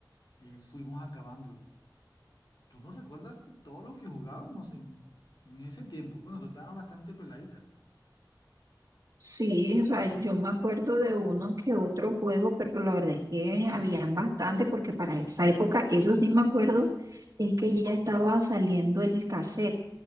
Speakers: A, on the left (about 60°); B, on the right (about 45°).
A: eh, fuimos acabándolo. ¿Tú no recuerdas todo lo que jugábamos en, en ese tiempo? Bueno, tú estabas bastante peladita.
B: Sí, o sea, yo me acuerdo de uno que otro juego, pero la verdad es que habían bastante, porque para esa época, eso sí me acuerdo, es que ya estaba saliendo el cassette,